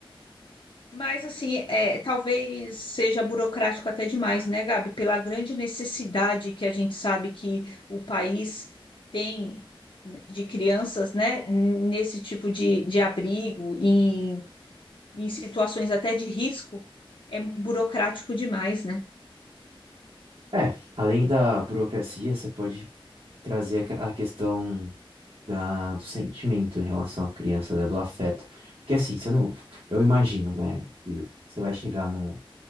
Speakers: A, on the left (about 60°); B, on the right (about 70°).
A: mas, assim, é, talvez seja burocrático até demais, né, Gabi? Pela grande necessidade que a gente sabe que o país tem né, de crianças, né, nesse tipo de, de abrigo, em, em situações até de risco, é burocrático demais, né?
B: É, além da burocracia, você pode trazer a que- a questão da, do sentimento em relação à criança, né, do afeto. Porque assim, você não. Eu imagino, né? que Você vai chegar num.